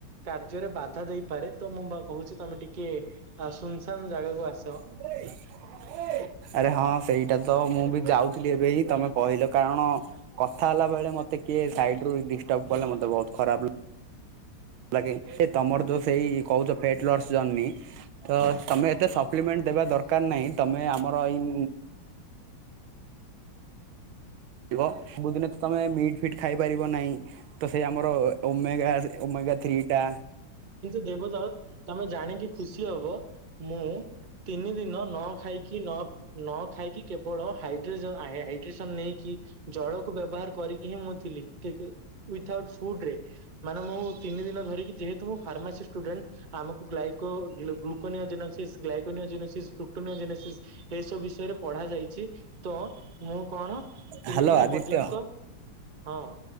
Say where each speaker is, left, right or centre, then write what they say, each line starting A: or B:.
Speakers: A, on the right (about 35°); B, on the right (about 85°).
A: କାର୍ଯ୍ୟରେ ବାଧା ଦେଇପାରେ ତ ମୁଁ ଭା କହୁଛି ତମେ ଟିକେ ଆ ସୁନସାନ୍ ଜାଗାକୁ ଆସ।
B: <unintelligible> ଆରେ ହଁ ସେଇଟା ତ ମୁଁ ବି ଯାଉଥିଲି ଏବେ ହିଁ ତମେ କହିଲ କାରଣ କଥା ହେଲା ବେଳେ ମତେ କିଏ ସାଇଡ ରୁ ଡିଷ୍ଟର୍ବ କଲେ ମତେ ବହୁତ ଖରାପ ଲାଗେ ସେ ତମର ଯୋଉ ସେଇ କହୁଛ ଫେଟ୍ ଲସ ଜର୍ଣ୍ଣି ତ ତମେ ଏତେ ସପ୍ଲିମେଣ୍ଟ ଦେବା ଦରକାର ନାହିଁ ତମେ ଆମର ଏଇ ଥିବ ବହୁତ ଦିନ ତ ତମେ ମିଟ ଫିଟ୍ ଖାଇପାରିବ ନାହିଁ ତ ସେଇ ଆମର ଓମେଗା ଓମେଗା ଥ୍ରୀଟା
A: ଦେବଦତ୍ ତମେ ଜାଣିକି ଖୁସି ହବ ମୁଁ ତିନି ଦିନ ନ ଖାଇ କି ନ ନ ଖାଇକି କେବଳ ହାଇଡ୍ରୋଜନ ଆହେ ହାଇଡ୍ରେସନ ନେଇକି ଜଳକୁ ବ୍ୟବହାର କରିକି ହିଁ ମୁଁ ଥିଲି ଉଇଥି ଆଉଟ ଫୁଡରେ। ମାନେ ମୁଁ ତିନି ଦିନ ଧରିକି ଯେହେତୁ ମୁଁ ଫାର୍ମାସି ଷ୍ଟୁଡେଣ୍ଟ। ଆମକୁ ଗ୍ଲାଇକ୍ଲୋ <unintelligible> ଗ୍ଲାଇକୋନିଓ ଜେନେସିସ୍ ଲୁକ୍ଟୋନିଓ ଜେନେସିସ୍ ଏସବୁ ବିଷୟରେ ପଢ଼ାଯାଇଛି ତ ମୁଁ କଣ ତିନି
B: ହ୍ୟାଲୋ
A: ଦିନ
B: ଆଦିତ୍ୟ
A: ପର୍ଯ୍ୟନ୍ତ ହଁ।